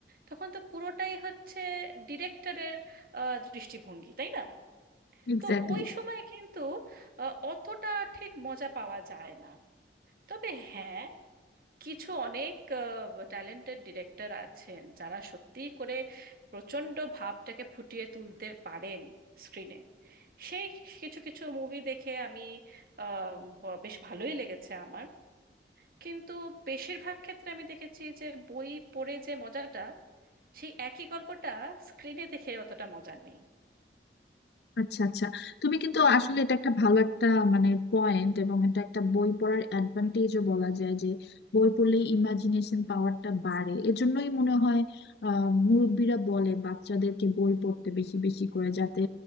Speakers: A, on the right (about 50°); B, on the left (about 65°).
A: তখন তো পুরোটাই হচ্ছে ডিরেক্টরের দৃষ্টিভঙ্গি তাই না
B: এক্স্যাক্টলি
A: তো ওই সময় কিন্তু আহ, অতটা ঠিক মজা পাওয়া যায় না তবে হ্যাঁ কিছু অনেক ট্যালেন্টেড ডিরেক্টর আছেন যারা সত্যি করে প্রচণ্ড ভাবটাকে ফুটিয়ে তুলতে পারেন স্ক্রিনে সেই কিছু কিছু মুভি দেখে আমি আম, ব- বেশ ভালোই লেগেছে আমার কিন্তু বেশিরভাগ ক্ষেত্রে আমি দেখেছি যে বই পড়ে যে মজাটা সেই একই গল্পটা স্ক্রিনে দেখে অতটা মজা নেই
B: আচ্ছা আচ্ছা তুমি কিন্তু আসলে এটা একটা ভালো একটা মানে পয়েন্ট এবং এটা একটা বই পড়ার অ্যাডভান্টেজও বলা যায় যে বই পড়লে ইমাজিনেশন পাওয়ারটা বাড়ে এজন্যই মনে হয় আহ মুরব্বীরা বলে বাচ্চাদেরকে বই পড়তে বেশি বেশি করে যাতে